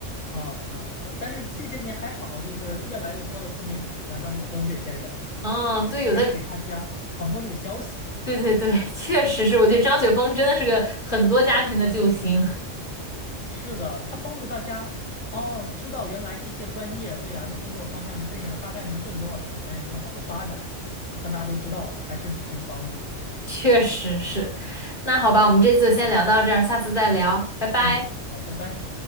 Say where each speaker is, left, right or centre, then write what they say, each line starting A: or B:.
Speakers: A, on the left; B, on the left.
A: 啊啊啊！但是这些年还好，就是越来越多的自媒体，像张雪峰这些人，
B: 嗯，
A: 就是开始给大家传播这个消息。
B: 对，有在，对对对，
A: 嗯，
B: 确实是，我觉得张雪峰真的是个很多家庭的救星，
A: 是的，他帮助大家哦，知道原来这些专业未来的工作方向是这样，大概能挣多少钱，有个好的发展，让大家都知道了还是很有帮助。
B: 确实是。那好吧，我们这次就先聊到这儿，下次再聊，拜拜。
A: 嗯，好，拜拜。